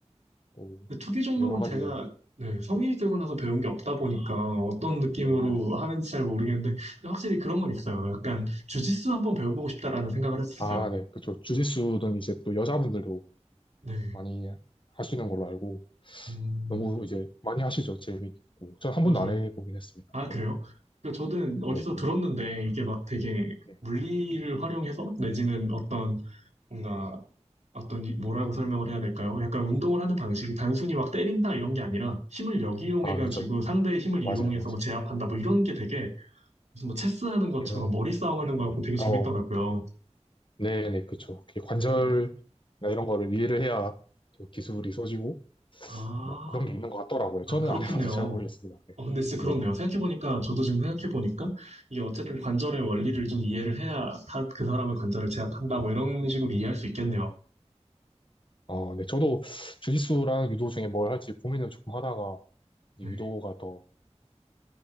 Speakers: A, on the left; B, on the right.
A: 또
B: 근데 투기 종목은
A: 여러 가지
B: 제가 네, 성인이 되고 나서 배운 게 없다 보니까 어떤 느낌으로
A: 음,
B: 하는지 잘 모르겠는데 근데 확실히 그런 건 있어요. 약간 주짓수 한번 배워보고 싶다라는 생각을 했었어요.
A: 아, 네, 그쵸. 주짓수는 이제 또 여자분들도
B: 네,
A: 많이 하시는 걸로 알고
B: 음,
A: 너무 이제 많이 하시죠. 재밌고 전 한
B: 맞아요.
A: 번도 안 해보긴 했습니다.
B: 아,
A: 네,
B: 그래요? 그 저는 어디서
A: 네,
B: 들었는데
A: 네.
B: 이게 막 되게
A: 네.
B: 물리를 활용해서 내지는 어떤 뭔가 어떤 이- 뭐라고 설명을 해야 될까요? 약간 운동을 하는 방식이 단순히 막 때린다 이런 게 아니라 힘을 역이용해가지고
A: 아, 그쵸.
B: 상대의 힘을
A: 맞아요,
B: 이용해서
A: 맞아요.
B: 뭐 제압한다 뭐 이런 게 되게 무슨 뭐 체스 하는 것처럼
A: 음,
B: 머리 싸움 하는 거고 되게 재밌더라고요.
A: 어, 네, 네, 그쵸. 이게 관절이나
B: 그래서
A: 이런 거를 이해를 해야 또 기술이 써지고
B: 아,
A: 뭐 그런 게 있는 것 같더라고요.
B: 아,
A: 저는
B: 그렇겠네요.
A: 안 해봐서 잘 모르겠습니다. 네,
B: 어, 근데 진짜
A: 네.
B: 그렇네요. 생각해보니까, 저도 지금 생각해보니까, 이게 어쨌든 관절의 원리를 좀 이해를 해야 다- 그 사람의 관절을 제압한다, 뭐 이런 식으로 이해할 수 있겠네요.
A: 어, 네, 저도 주짓수랑 유도 중에 뭘 할지 고민을 조금 하다가 이제
B: 네.
A: 유도가 더